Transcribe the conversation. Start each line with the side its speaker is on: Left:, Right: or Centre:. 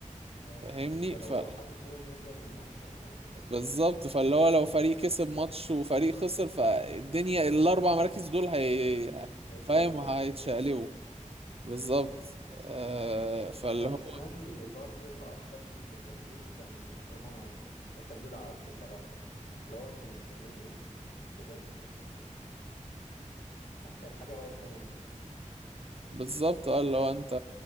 Left: يا
Right: فاهمني
Left: ده لو
Right: ف
Left: حد فيهم نزل الماتش ولا حاجة خلاص كده
Right: بالظبط
Left: صح
Right: فاللي هو لو فريق كسب ماتش وفريق خسر فالدنيا الاربع مراكز دول هي
Left: هيتشقلبوا
Right: فاهم هيتشقلبوا بالظبط
Left: اه
Right: آه فاللي
Left: لا انا
Right: هو
Left: السنه دي برضو اللي عصبني في ليفربول كان ان هما ما التجديد عقد صلاح ده يعني اللي هو انتوا مستنيين ايه بجد كان لا، كانت حاجه بايخه منه
Right: بالظبط اه اللي هو انت